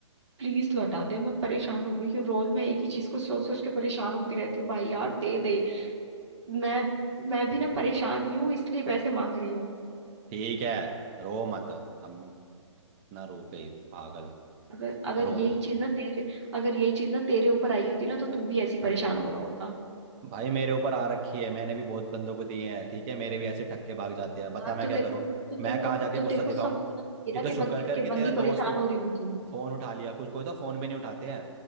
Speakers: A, on the right (about 65°); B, on the right (about 25°).
A: प्लीज लौटा दे मैं परेशान हो गई हूँ रोज मैं एक ही चीज को सोच सोच के परेशान होती रहती हूँ भाई यार दे दे मैं मैं भी ना परेशान ही हूँ इसलिए पैसे मांग रही हूँ
B: ठीक है रो मत हम ना रो गई पागल
A: अगर अगर
B: रो
A: यही चीज ना तेरे अगर यही चीज ना तेरे ऊपर आई होती ना तो तू भी ऐसी परेशान हो रहा होता
B: भाई मेरे ऊपर आ रखी है मैंने भी बहुत बंदों को दिए हैं ठीक है मेरे भी ऐसे ठक्के भाग जाते
A: तो
B: हैं बता
A: यार
B: मैं
A: तो
B: क्या
A: तेरे
B: करूं
A: को तो तेरे
B: मैं कहाँ
A: को
B: जाके
A: तो
B: गुस्सा
A: तेरे को
B: दिखाऊं
A: समझना चाहिए
B: ये
A: ना
B: तो
A: कि
B: शुक्र
A: बंदी
B: कर
A: कि
B: कि तेरा
A: बंदी परेशान
B: दोस्त हूँ
A: हो रही होगी
B: फोन उठा लिया कुछ कोई तो फोन भी नहीं उठाते हैं